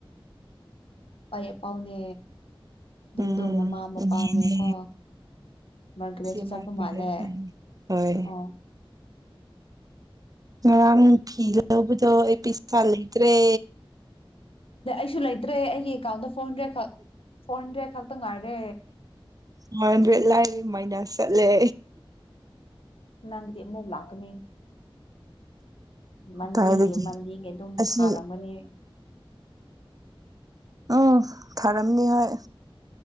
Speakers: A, on the left (about 80°); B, on the right (about 40°).
A: ꯄꯌꯦ ꯄꯥꯎꯅꯦ ꯑꯗꯨꯝꯗꯣ
B: ꯎꯝ
A: ꯃꯃꯥ ꯃꯄꯥꯅꯦꯀꯣ
B: ꯏꯅꯦꯅꯦ
A: ꯃꯔ ꯀ꯭ꯔꯦꯠꯁꯨ
B: ꯏꯆꯦ
A: ꯆꯠꯄ
B: ꯃꯥꯏꯕ
A: ꯃꯥꯜꯂꯦ
B: ꯍꯣꯏ
A: ꯑꯥ
B: ꯉꯔꯥꯡ ꯊꯤꯒꯗꯧꯗꯣ ꯑꯦꯌꯄꯤꯁ ꯂꯩꯇꯔꯦ
A: ꯑꯩꯁꯨ ꯂꯩꯇ꯭ꯔꯦ ꯑꯩꯒꯤ ꯑꯦꯀꯥꯎꯟꯗ ꯐꯣꯔ ꯍꯟꯗ꯭ꯔꯦꯗ ꯈꯛ ꯐꯣꯔ ꯍꯟꯗ꯭ꯔꯦꯗ ꯈꯛꯇ ꯉꯥꯏꯔꯦ
B: <unintelligible> ꯂꯥꯏꯔꯤ ꯃꯥꯏꯅꯥꯁ ꯆꯠꯂꯦ
A: ꯅꯪ ꯑꯃꯨꯛ ꯂꯥꯛꯀꯅꯤ ꯃꯟꯗꯤꯒꯤ
B: ꯀꯥꯏꯗꯒꯤ
A: ꯃꯟꯗꯤꯒꯤ ꯑꯗꯨꯝ
B: ꯑꯁꯤ
A: ꯊꯥꯔꯒꯅꯦ
B: ꯎꯝ ꯊꯥꯔꯝꯅꯤ ꯍꯣꯏ